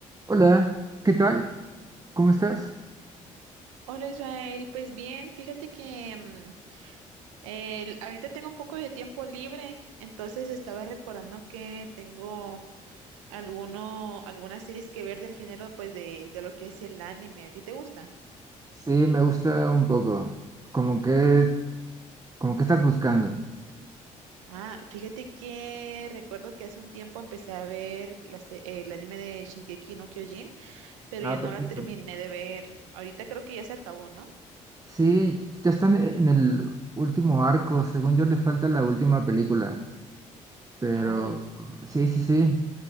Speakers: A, on the right; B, on the right.
A: Hola, ¿qué tal? ¿Cómo estás?
B: Hola Israel, pues bien, fíjate que mm, el- ahorita tengo un poco de tiempo libre, entonces estaba recordando que tengo alguno, algunas series que ver del género pues de, de lo que es el anime. ¿A ti te gusta?
A: Sí, me gusta un poco. Como que, como que estás buscando.
B: Ah, fíjate que recuerdo que hace un tiempo empecé a ver la se- el anime de Shingeki no Kyojin, pero
A: Ah,
B: yo no
A: perfecto.
B: la terminé de ver. Ahorita creo que ya se acabó, ¿no?
A: Sí, ya están e- en el último arco. Según yo, le falta la última película. Pero
B: Ah, o
A: mm, sí, sí, sí.